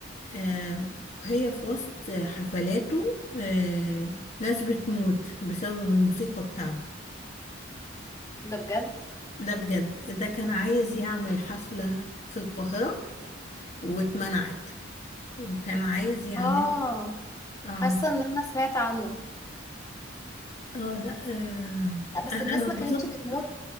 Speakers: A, on the left; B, on the left.
A: آه، هي في وسط حفلاته آه، ناس بتموت بسبب الموسيقى بتاعته
B: ده بجد
A: ده بجد ده كان عايز يعمل حفلة في القاهرة واتمنعت وكان عايز يعملها
B: اه
A: اه
B: حاسة ان انا سمعت عنه
A: اه لا آه
B: لا بس
A: انا
B: الناس
A: أنا
B: ما
A: اتبسطت
B: كانتش بتموت